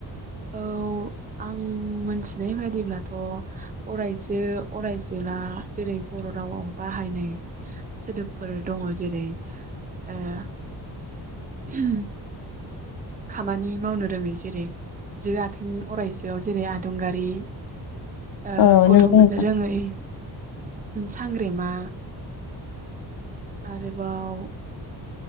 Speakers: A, on the right; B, on the left.
A: औ आं मोनथिनाय बादिब्लाथ अरायजो अरायजोआ जेरै बर रावाव बाहायनाय सोदोबफोर दङ। जेरै आ होम खामानि मावनो रोङै जेरै जो आथोन अरायजोआव जेरै आदुंगारि ओ
B: औ
A: गथ
B: नंगौ
A: मोननो
B: नोंथां
A: रोङै सांग्रेमा आरोबाव